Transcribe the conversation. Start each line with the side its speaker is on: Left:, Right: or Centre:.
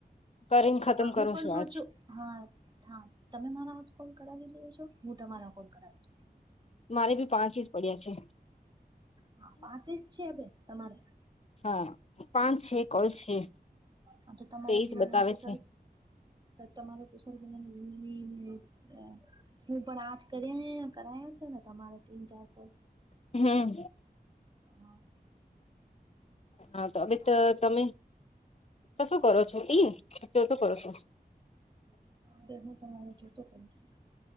Left: કરીને ખતમ
Right: હું
Left: કરો
Right: પણ
Left: છો આજ
Right: સો છું. હા, હા, તમે મારા જ કોલ કરાવી દે છો, હું તમારા કોલ કરાવીશ.
Left: મારે બી પાંચ ઇસ પડ્યા છે.
Right: હા, પાંચેસ છે, અબે તમારે
Left: હા, પાંચ છે, કોલ છે.
Right: આ તો તમારે
Left: તેઈસ
Right: પીવાનું
Left: બતાવે
Right: કુસારુ.
Left: છે
Right: તમારે કુશાર વીના ને <unintelligible> હું પણ આજ કર્યા કરાશે ને, તમારે તીન-ચાર કોલ.
Left: હમ.
Right: હા
Left: હા, તો હમે તો તમે. ક શું કરો છો? તીન-ચોથું કરો છો?
Right: તે હું તમારે ચોતો કરુ છું.